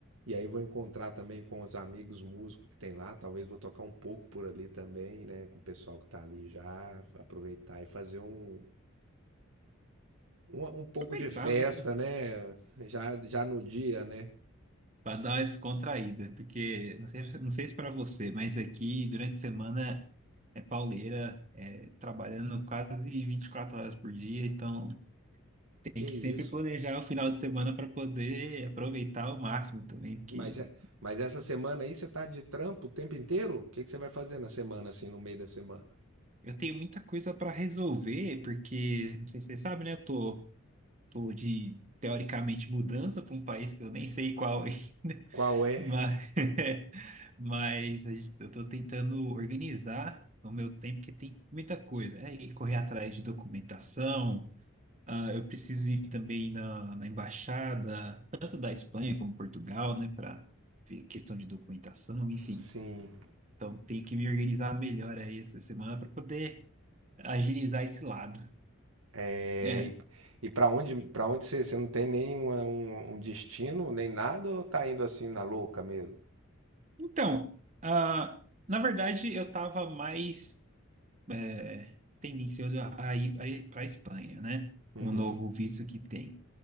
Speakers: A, on the right (about 85°); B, on the right (about 35°).
A: E aí vou encontrar também com os amigos músicos que tem lá. Talvez vou tocar um pouco por ali também, né? Com o pessoal que tá ali já, aproveitar e fazer um, um, um pouco
B: aproveitar,
A: de festa,
B: né?
A: né? Já, já no dia, né?
B: Para dar uma descontraída, porque não sei, não sei se para você, mas aqui durante a semana é pauleira, é, trabalhando quase 24 horas por dia, então
A: Que
B: tem
A: isso.
B: que sempre planejar o final de semana para poder aproveitar ao máximo também, porque
A: Mas, é- mas essa semana aí você tá de trampo o tempo inteiro? O que que você vai fazer na semana, assim, no meio da semana?
B: eu tenho muita coisa para resolver, porque não sei se você sabe, né? Eu tô, tô de teoricamente mudança para um país que eu nem sei qual <laughs> ainda.
A: Qual é?
B: Mas, <laughs> mas a gente- eu estou tentando organizar o meu tempo, porque tem muita coisa. É ir correr atrás de documentação, ah, eu preciso ir também na, na embaixada, tanto da Espanha como Portugal, né, para ver questão de documentação, enfim.
A: Sim.
B: Então, tenho que me organizar melhor aí essa semana para poder agilizar esse lado.
A: É,
B: É,
A: e e para onde, para onde você, você não tem nem uma- um, um destino, nem nada, ou tá indo assim na louca mesmo?
B: então, ah, na verdade, eu estava mais. é, tendencioso a ir para a Espanha, né?
A: Uhum.
B: Com o novo visto que tem.